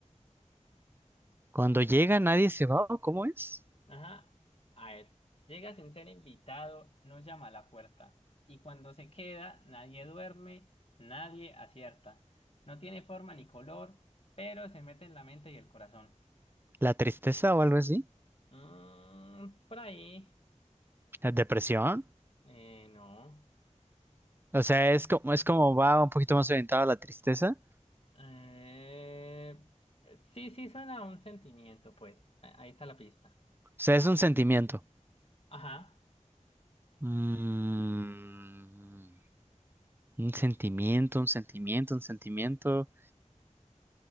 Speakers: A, on the right; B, on the left.
A: Cuando llega nadie se va, ¿o ¿cómo es?
B: Ajá, a ver, llega sin ser invitado, no llama a la puerta y cuando se queda nadie duerme, nadie acierta, no tiene forma ni color, pero se mete en la mente y el corazón.
A: ¿La tristeza o algo así?
B: Mm, por ahí.
A: ¿La depresión?
B: Eh, no.
A: O sea, es como, es como va un poquito más orientado a la tristeza.
B: Eh, sí, sí, suena a un sentimiento, pues. A- Ahí está la pista.
A: O sea, es un sentimiento.
B: Ajá.
A: Mm, un sentimiento, un sentimiento, un sentimiento.